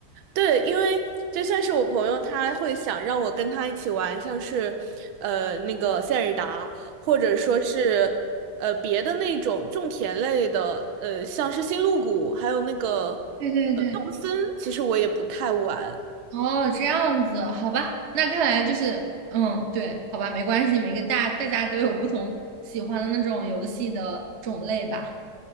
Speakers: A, on the right (about 85°); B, on the right (about 50°).
A: 对，因为就像是我朋友，他会想让我跟他一起玩，像是呃那个塞尔达，或者说是呃别的那种种田类的，呃像是星露谷，还有那个
B: 对对对，
A: 呃动森，其实我也不太玩。
B: 哦，这样子，好吧。那看来就是，嗯，对，好吧，没关系，每个大大家都有不同喜欢的那种游戏的种类吧。